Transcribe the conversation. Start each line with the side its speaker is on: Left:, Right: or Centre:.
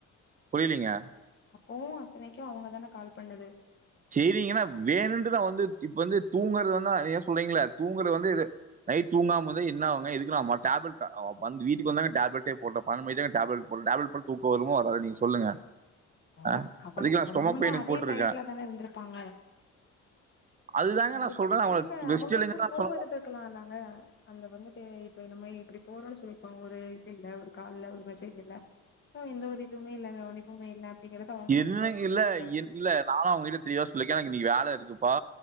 Right: புரியலீங்க
Left: அப்பவு அத்தனைக்கு அவங்கதானே கால் பண்ணது
Right: செரிங்கன்ன வேணு நா வந்து இப்ப வந்து தூங்கறது வந்தா ஏன் சொல்றீங்கள தூங்குற வந்து இது நைட் தூங்காமத என்னவங்க இதுக்குன்னாமா டேப்லெட் க னு வீட்டுக்கு வந்தாங்க டேப்லெட்டே போடனு பன்னன்டு மணிக்தா டேப்லட் போடனு டேப்லெட் போட்டா தூக்க வருமோ வராதோ நீங் சொல்லுங்க
Left: ப்போ
Right: ஆ
Left: அவங்க
Right: அதுக்கு நா
Left: அவங்களு
Right: ஸ்டொமக் பெயினுக்கு
Left: அதே
Right: போட்ருக்கே
Left: டயர்ட்ல தனே வந்திருப்பாங்க
Right: அதுதாங்க
Left: கால்
Right: நா சொல்றே
Left: பண்
Right: அவங்கள
Left: ஐ ஏங்க
Right: ரெஸ்ட்
Left: அவங்களுக்கு
Right: எடுங்கன்னு
Left: ஒரு
Right: நா
Left: கோவோ
Right: சொன்னே
Left: இருந்துருக்கலாங்க அந்த வந்து சே இப்ப நம்ம இப்டி போறோன்னு சொல்லிப்போ ஒரு இது இல்ல ஒரு கால்ல ஒரு மெசேஜ் இல்ல எந்த ஒரு இதுவுமே இல்ல கவனிப்புவுமே இல்ல அப்டிங்கறது அவங்களுக்கு
Right: இல்லங்
Left: கோவோ வந்திருக்குல்ல
Right: இல்ல இல்ல நானு அவங்ககிட்ட த்ரீ ஹவர்ஸ் சொல்லிடுங்க எனக் இன்னிக் வேல இருக்கு ப்ரோ